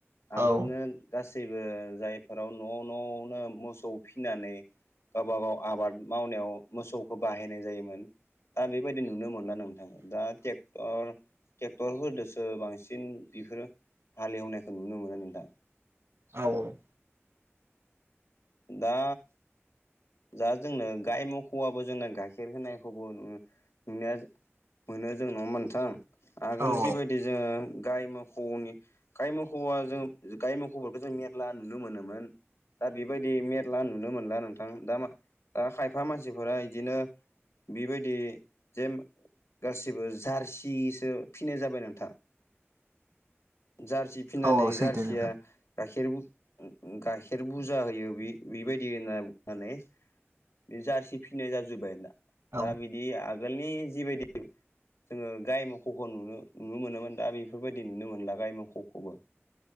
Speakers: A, on the left (about 85°); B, on the right (about 70°).
A: आगोलनो
B: औ
A: गासैबो जायफोराव न' न'नो मोसौ फिनानै गावबा गाव आबाद मावनायाव मोसौखौ बाहायनाय जायोमोन दा बेबायदि नुनो मोनला नोंथां दा ट्रेक्टर ट्रेक्टरफोरजोंसो बांसिन बेफोरो हालेवनायखौ नुनो मोनो नोंथां।
B: औ औ।
A: दा। दा जोंनो गाइ मोसौवाबो जोंनो गाइखेर होनायखौबो नुनो मोनो जों नङा होनबा नोंथां आगोल
B: औ
A: जिबायदि जोङो गाइ मोसौनि गाइ मोसौवा जों गाइ मोसौफोरखौ जों मेरला नुनो मोनोमोन दा बेबायदि बिदि मेरला नुनो मोनला नोंथां दा खायफा मानसिफोरा इदिनो बेबायदि जे गासिबो जारसिसो फिनाय जाबाय नोंथां जारसि फिनानै
B: औ सैथो
A: जारसिया
B: नोंथां
A: गाइखेर गाइखेर बुरजा होयो बेबायदि होनना बुंनानै बे जारसि फिनाय जाजोब्बाय दा
B: औ
A: दा बिदि आगोलनि जिबायदि जोङो गाइ मोसौखौ नुनो नुनो मोनोमोन दा बेफोरबायदि नुनो मोनला गाय मोसौखौबो